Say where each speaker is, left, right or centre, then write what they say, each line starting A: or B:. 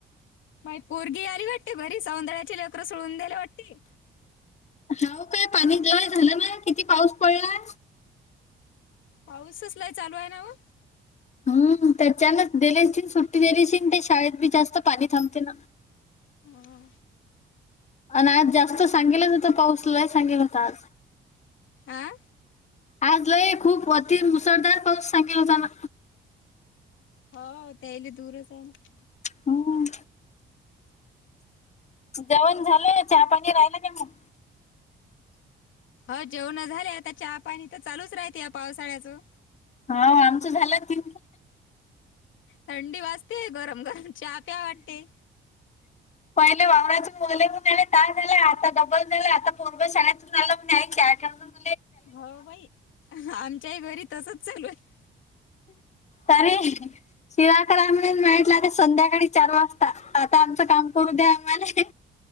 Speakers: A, on the left; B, on the left.
A: माई पोरगी आली वाटते घरी सौंदळ्याची लेकरं सोडून दिल्या वाटते.
B: हाव काय पाणी जवळ झालं ना किती पाऊस पडला.
A: पाऊस असलाय चालू आहे ना हो.
B: हम्म त्याच्यानच दिलेची सुट्टी दिलेशिन ते शाळेत बी जास्त पाणी थांबते ना.
A: हो
B: आणि आज जास्त सांगेलच होतं पाऊसला सांगेल होत आज
A: आं
B: आज लय खूप अति मुसळधार पाऊस सांगेला झाला.
A: हो त्याले दूरच आहे ना.
B: हों जेवण झालेय चहा पाणी राहिलं का मग?
A: हो जेवणं झाले आता चहा पाणी तर चालूच राहते या पावसाळ्याचं.
B: हा आमचे झाले ती
A: थंडी वाजते गरम-गरम चहा प्या वाटते.
B: पहिले वावराचे मले <unintelligible> झाला आता डबल झालं आता पोरगा शाळेतून आला. <unintelligible>
A: हो बाई आमच्याही घरी तसच चालू आहे.
B: तारी शिरा करा म्हणून मी म्हटलं ते संध्याकाळी चार वाजता आता आमचं काम करू द्या आम्हाले.